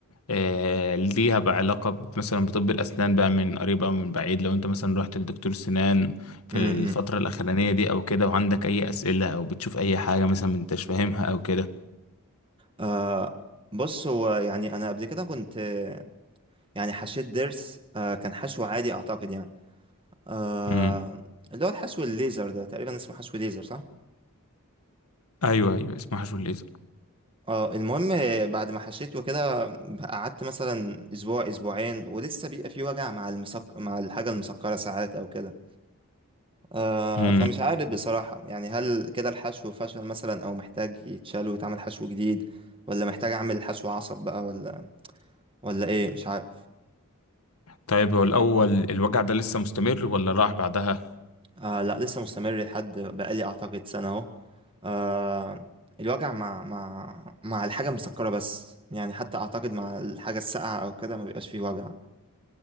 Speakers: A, on the left (about 80°); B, on the right (about 25°).
A: آه ليها بقى علاقة ب- مثلا بطب الاسنان بقى من قريب او من بعيد لو انت مثلا رحت لدكتور سنان في
B: امم
A: الفترة
B: امم.
A: الاخرانية دي او كده وعندك اي اسئلة او بتشوف اي حاجة مثلا ما انتش فاهمها او كده
B: آه بص هو يعني انا قبل كده كنت آه، يعني حشيت ضرس آه كان حشو عادي اعتقد يعني آه
A: امم
B: اللي هو الحشو الليزر ده تقريبا اسمه حشو ليزر صح؟
A: ايوه ايوه اسمها شو الليزر
B: اه المهم بعد ما حشيته كده قعدت مثلا اسبوع اسبوعين ولسه بيبقى في وجع مع المسك... مع الحاجة المسكرة ساعات او كده آه
A: امم
B: فمش عارف بصراحة يعني هل كده الحشو فشل مثلا او محتاج يتشال ويتعمل حشو جديد ولا محتاج اعمل حشو عصب بقى ولا ولا ايه مش عارف
A: طيب هو الاول الوجع ده لسه مستمر ولا راح بعدها
B: آه لا لسه مستمر لحد بقالي اعتقد سنة اهو آه الوجع مع مع مع الحاجة المسكرة بس يعني حتى اعتقد مع الحاجة الساقعة او كده ما بيبقاش فيه وجع